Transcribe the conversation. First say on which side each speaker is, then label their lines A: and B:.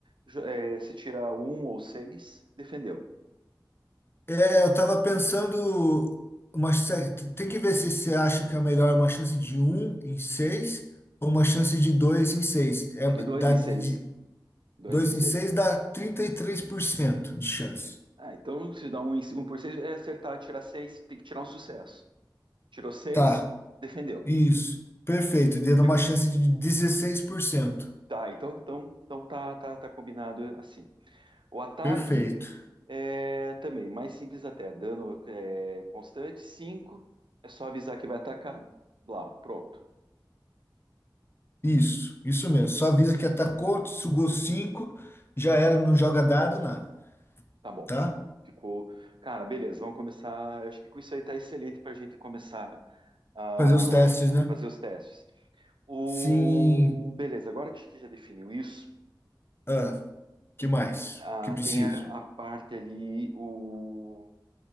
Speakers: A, on the right (about 80°); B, on the left (about 30°).
A: jo- é, se tirar um ou seis defendeu.
B: É, eu tava pensando. Uma, sé- tem que ver se você acha que é melhor uma chance de um em seis ou uma chance de 2 em seis É,
A: Acho que dois
B: dá
A: em
B: de,
A: seis dois
B: dois
A: em seis
B: em seis dá 33% de chance.
A: Ah, então se dá um, em- um por seis, é acertar, tirar seis, tem que tirar um sucesso. Tirou seis,
B: Tá.
A: defendeu.
B: Isso, perfeito. Dando
A: Fico-
B: uma chance de dezesseis por cento,
A: Tá, então, então, então tá, tá, tá combinado assim. O ataque
B: Perfeito.
A: é também mais simples até. Dano é, constante, cinco. É só avisar que vai atacar. Blau, pronto.
B: Isso, isso mesmo. Só avisa que atacou, sugou 5, já era, não joga dado, nada,
A: Tá bom.
B: tá?
A: Ficou. Cara, beleza, vamos começar. Eu acho que com isso aí tá excelente pra gente começar a
B: Fazer os testes, né?
A: fazer os testes. O...
B: Sim.
A: Beleza, agora que a gente já definiu isso.
B: Ah, que mais?
A: Ah,
B: Que preciso?
A: tem a, a parte ali, o,